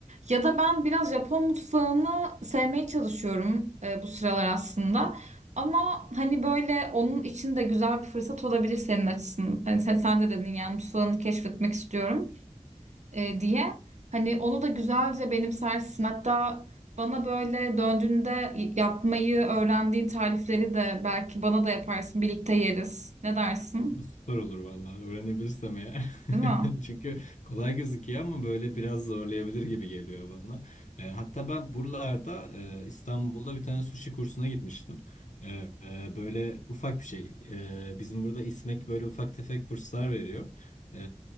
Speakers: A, on the right (about 70°); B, on the left (about 85°).
A: Ya da ben biraz Japon mutfağını sevmeye çalışıyorum e, bu sıralar aslında. Ama hani böyle onun için de güzel bir fırsat olabilir senin açısından. Hani sen, sen de dedin yani mutfağını keşfetmek istiyorum e, diye. Hani onu da güzelce benimsersin. Hatta bana böyle döndüğünde yapmayı öğrendiğin tarifleri de belki bana da yaparsın. Birlikte yeriz. Ne dersin?
B: Süper olur vallahi öğrenebilirsem eğer.
A: Değil mi?
B: <laughs> Çünkü kolay gözüküyor ama böyle biraz zorlayabilir gibi geliyor bana. E, hatta ben buralarda e, İstanbul'da bir tane sushi kursuna gitmiştim. E, e, böyle ufak bir şey. E, bizim burada İSMEK böyle ufak tefek kurslar veriyor. E,